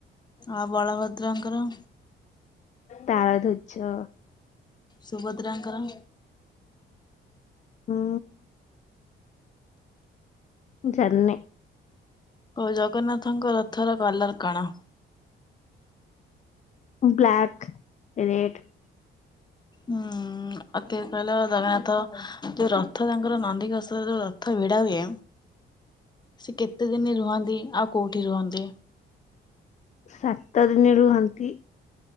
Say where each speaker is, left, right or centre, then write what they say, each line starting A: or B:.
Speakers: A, on the left; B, on the left.
A: ଆଉ ବଳଭଦ୍ରଙ୍କର?
B: ତାଳଧ୍ୱଜ
A: ସୁଭଦ୍ରାଙ୍କର
B: ହୁଁ। ଜାଣିନି।
A: ହଉ ଜଗନ୍ନାଥଙ୍କ ରଥର କଲର କଣ?
B: Black, red.
A: ହୁଁ। ଅତି କହିଲ ଜଗନ୍ନାଥ ଯୋଉ ରଥ ତାଙ୍କର ନନ୍ଦିଘୋସ୍ରେ ଯୋଉ ରଥ ଭିଡା ହୁଏ। ସେ କେତେ ଦିନ ରୁହନ୍ତି ଆଉ କୋଉଠି ରୁହନ୍ତି?
B: ସାତ ଦିନେ ରୁହନ୍ତି।